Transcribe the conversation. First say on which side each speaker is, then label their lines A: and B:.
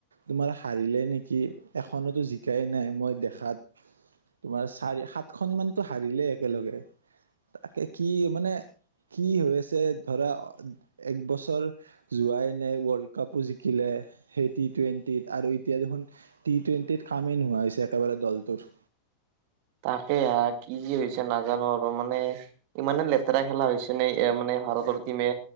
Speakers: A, on the right (about 70°); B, on the right (about 45°).
A: তোমাৰ হাৰিলে নেকি এখনতো জিকাই নাই, মই দেখাত তোমাৰ চাৰি সাতখন মানটো হাৰিলে একেলগে, তাকে কি মানে কি হৈ আছে ধৰা এক বছৰ যোৱাই নাই ৱৰ্ল্ডকাপো জিকিলে, সেই টি টুৱেণ্টিত আৰু এতিয়া দেখোন টি টুৱেণ্টিত কামেই নোহোৱা হৈ গৈছে একেবাৰে দলটোৰ।
B: তাকে অ কি কি হৈছে নাজানো আৰু মানে। ইমানে লেতেৰা খেলা হৈছে নে, মানে ভাৰতৰ টিমে